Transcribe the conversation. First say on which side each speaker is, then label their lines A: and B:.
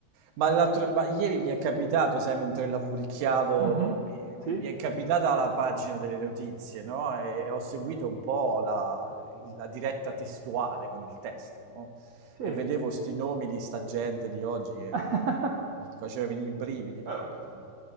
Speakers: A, on the right; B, on the right.
A: ma l'altro- ma ieri mi è capitato, sai, mentre lavoricchiavo,
B: Mhm.
A: mi, mi-
B: Sì?
A: mi è capitata la pagina delle notizie, no? E, e ho seguito un po' la, la diretta testuale con il testo, no?
B: Sì.
A: E vedevo sti nomi di sta gente di oggi che
B: <laughs>
A: mi Mi faceva venire i brividi proprio.
B: Eh,